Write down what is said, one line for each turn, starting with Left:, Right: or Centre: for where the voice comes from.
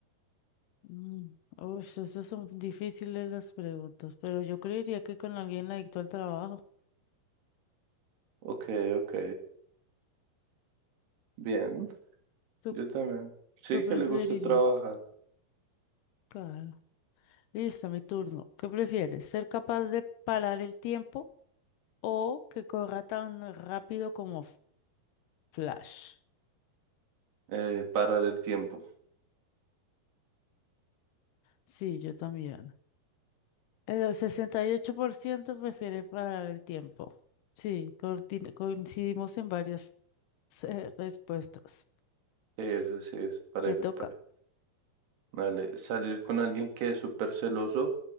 Left: Mm, Uf, esas son difíciles las preguntas, pero yo creería que con alguien adicto al trabajo.
Right: Ok, ok. Bien,
Left: ¿Tú
Right: yo también. Sí
Left: qué
Right: que
Left: preferirías?
Right: le guste trabajar.
Left: Claro. Listo, mi turno. ¿Qué prefieres? ¿Ser capaz de parar el tiempo o que corra tan rápido como F- Flash?
Right: Eh, parar el tiempo.
Left: Sí, yo también. El 68% prefiere parar el tiempo. Sí, corti- coincidimos en varias eh, respuestas.
Right: Sí, eso sí es parejo,
Left: Te toca.
Right: parejo. Vale, salir con alguien que es súper celoso